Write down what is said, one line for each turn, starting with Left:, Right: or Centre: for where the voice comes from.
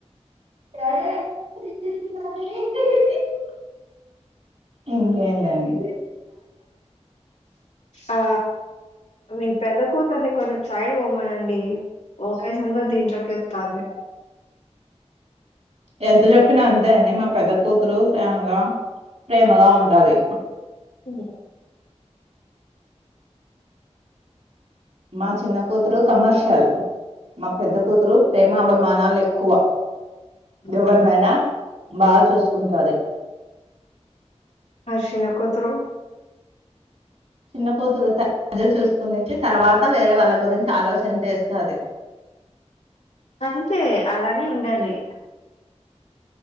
Right: త ఇంకేంటండి
Left: ఆ మీ పెద్ద కూతల్ని కొంచెం సైడ్ బొమ్మనండి వాయిస్ అంత దీంట్లోకి వస్తాంది
Right: ఎంత చెప్పిన అంతే అండి మా పెద్ద కూతురు ప్రేంగా ప్రేమగా ఉంటది
Left: హ
Right: మా చిన్న కూతురు కమర్షియల్ మా పెద్ద కూతురు ప్రేమా అభిమానాలు ఎక్కువ
Left: మన
Right: ఎవరినైనా బా చూసుకుంటది
Left: <unintelligible> చిన్న కూతురు
Right: చిన్న కూతురు <unintelligible> చూసుకు <unintelligible> తర్వాత వేరే వాళ్ళ గురించి ఆలోచన చేస్తుది
Left: అంతే అలానే ఉండాలి